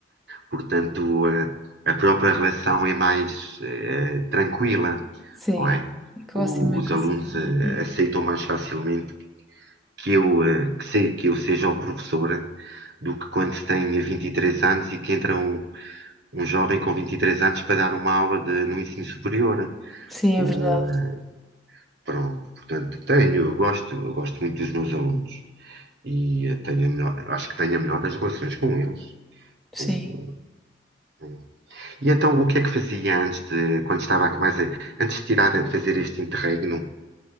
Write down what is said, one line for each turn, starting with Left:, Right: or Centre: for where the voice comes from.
Right: portanto, eh, a própria relação é mais eh, tranquila,
Centre: Sim.
Right: não é?
Centre: É que
Right: O-
Centre: eu assim meio
Right: os
Centre: consigo
Right: alunos
Centre: imaginar.
Right: eh, aceitam mais facilmente que eu, eh, que, se- que eu seja um professor do que quando se tem 23 anos e que entra um, um jovem com 23 anos para dar uma aula de- no ensino superior.
Centre: Sim,
Right: Ou,
Centre: é verdade.
Right: eh, pronto, portanto, tenho, eu gosto, eu gosto muito dos meus alunos e eh, tenho a melhor, acho que tenho a melhor das relações com eles.
Centre: Sim.
Right: Ou, eh, E então, o que é que fazia antes de, quando estava mais, a- antes de tirar, a fazer este interregno?